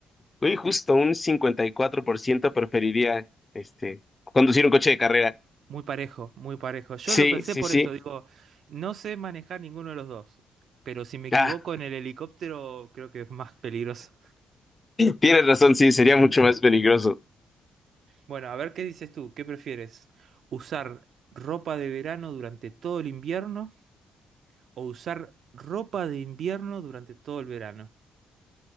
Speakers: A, on the left; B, on the right.
A: Uy, justo un 54% preferiría este, conducir un coche de carrera.
B: Muy parejo, muy parejo. Yo
A: Sí,
B: lo pensé
A: sí,
B: por
A: sí.
B: esto, digo, no sé manejar ninguno de los dos, pero si me equivoco
A: Ah,
B: en el helicóptero, creo que es más peligroso.
A: tienes razón, sí, sería mucho más peligroso.
B: Bueno, a ver qué dices tú, ¿qué prefieres? ¿Usar ropa de verano durante todo el invierno o usar ropa de invierno durante todo el verano?